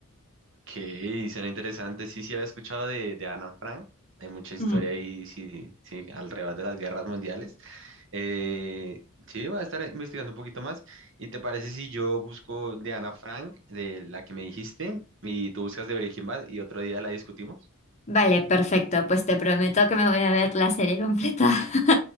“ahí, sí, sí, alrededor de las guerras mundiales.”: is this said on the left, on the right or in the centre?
Right